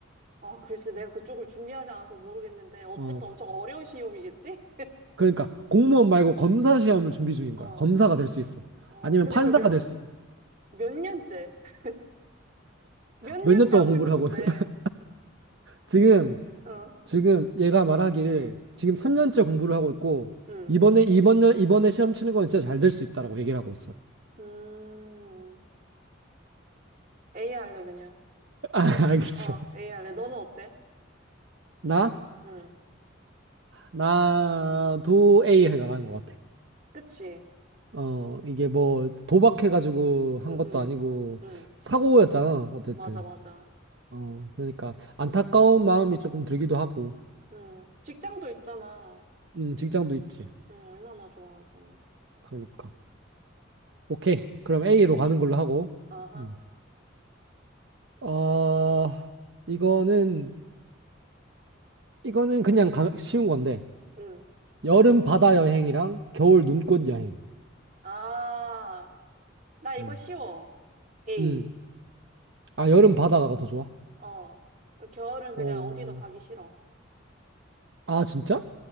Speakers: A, on the right; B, on the right.
A: 아, 글쎄, 내가 그쪽을 준비하지 않아서 모르겠는데, 어쨌든
B: 어,
A: 엄청 어려운 시험이겠지?
B: 그러니까 공무원 말고 검사 시험을 준비
A: <laughs>
B: 중인
A: 어,
B: 거야. 검사가 될 수 있어.
A: 어,
B: 아니면
A: 근데
B: 판사가
A: 그걸 몇,
B: 될 수 있어.
A: 몇 년째? <laughs> 몇 년째
B: 몇 년 동안
A: 하고
B: 공부를
A: 있는
B: 하고
A: 건데,
B: <laughs> 지금
A: 어,
B: 지금 얘가 말하기를 지금 3년째 공부를 하고 있고
A: 음,
B: 이번에 이번 년 이번에 시험 치는 건 진짜 잘 될 수 있다라고 얘기를 하고 있어.
A: 음, A 할래, 그냥.
B: <laughs> 아, 알겠어.
A: 어, A 할래. 너는 어때?
B: 나
A: 응,
B: 나도 A 해가 난 것 같아.
A: 그치?
B: 어, 이게 뭐 도박해가지고 한
A: 응,
B: 것도
A: 응,
B: 아니고
A: 응,
B: 사고였잖아. 어쨌든.
A: 맞아, 맞아.
B: 어, 그러니까 안타까운 마음이 조금 들기도 하고.
A: 응, 직장도 있잖아.
B: 음, 직장도 있지.
A: 응, 얼마나 좋아. 응,
B: 그러니까. 오케이. 그럼 A로
A: 오케이, 오케이.
B: 가는 걸로 하고.
A: 아하,
B: 음. 어, 이거는, 이거는 그냥 가- 쉬운 건데.
A: 응.
B: 여름 바다 여행이랑 겨울
A: 응.
B: 눈꽃 여행.
A: 아, 나 이거
B: 음.
A: 쉬워. A.
B: 음. 아, 여름 바다가 더 좋아?
A: 어. 겨울은 그냥
B: 어,
A: 어디도 가기 싫어.
B: 아, 진짜?